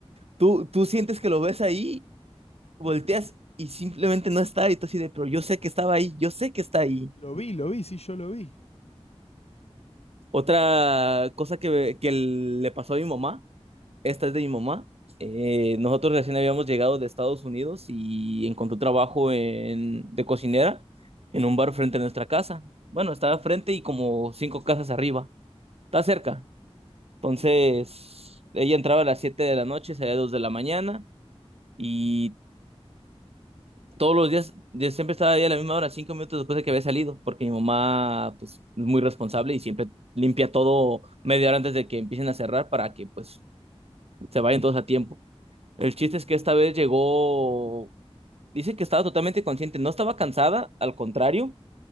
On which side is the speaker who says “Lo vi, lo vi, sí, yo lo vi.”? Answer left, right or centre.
Left